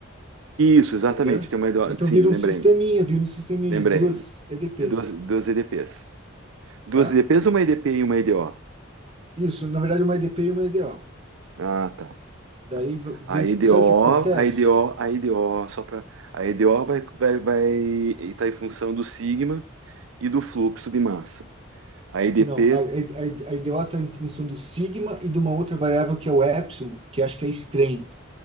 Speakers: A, on the right; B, on the right.
A: Isso,
B: entendeu?
A: exatamente. Tem uma, IDO
B: Então
A: sim,
B: vira
A: lembrei,
B: um sisteminha, vira um sisteminha
A: lembrei.
B: de duas EDPs,
A: De duas, duas EDPs. Duas
B: tá?
A: EDPs, uma EDP e uma EDO.
B: Isso, na verdade, uma EDP e uma EDO.
A: Ah, tá.
B: Daí, v- daí
A: A EDO,
B: sabe o que acontece?
A: a EDO, a EDO, só para a EDO vai vai vai estar em função do sigma e do fluxo de massa. A EDP
B: Não, a, a, a a EDO está em função do sigma e de uma outra variável que é o epsilon, que acho que é strain,